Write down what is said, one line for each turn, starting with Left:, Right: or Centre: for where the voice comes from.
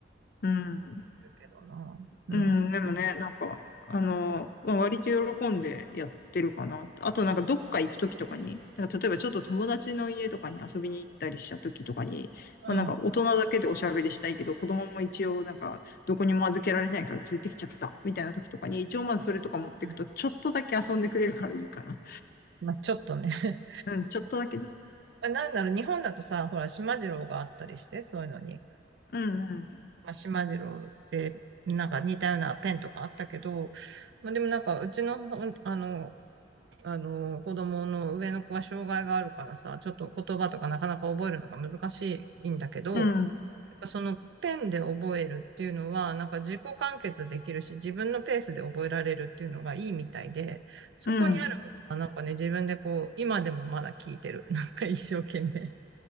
Left: うん。
Right: るけどな。うん。
Left: うん、でもね、なんか、あの、まあ、割と喜んでやってるかな。あとなんかどっか行くときとかに、なんか例えばちょっと友達の家とかに遊びに行ったりしたときとかに、まあなんか大人だけでおしゃべりしたいけど、
Right: うん。
Left: 子供も一応なんかどこにも預けられないから連れてきちゃった、みたいなときとかに、一応まずそれとか持ってくと、
Right: うん。
Left: ちょっとだけ遊んでくれるからいいかな。
Right: まあちょっとね。<laughs>
Left: うん、ちょっとだけね。
Right: まあなんだろう、日本だとさ、ほら、島次郎があったりして、そういうのに。
Left: うん、うん、
Right: まあ島次郎って、なんか似たようなペンとかあったけど、まあでもなんか、うちのほん、あの、あの、子供の上の子は障害があるからさ、ちょっと言葉とかなかなか覚えるのが難しいんだけど、
Left: うん、
Right: やっぱそのペンで覚えるっていうのは、なんか自己完結できるし、自分のペースで覚えられるっていうのがいいみたいで、そこにあるものはなんかね、
Left: うん、
Right: 自分でこう、今でもまだ聞いてる。なんか一生懸命。